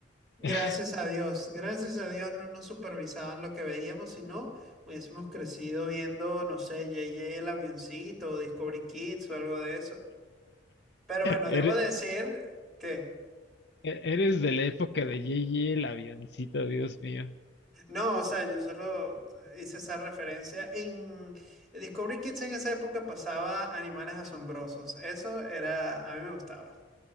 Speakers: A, in the centre; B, on the left.
A: Gracias
B: <laughs>
A: a Dios, gracias a Dios no nos supervisaban lo que veíamos, sino hubiésemos crecido viendo, no sé, JJ el avioncito, o Discovery Kids o algo de eso. Pero bueno,
B: Ere-
A: debo decir que
B: e- Eres de la época de J J el avioncito, Dios mío.
A: no, o sea, yo solo hice esa referencia. En Discovery Kids en esa época pasaba animales asombrosos. Eso era, a mí me gustaba.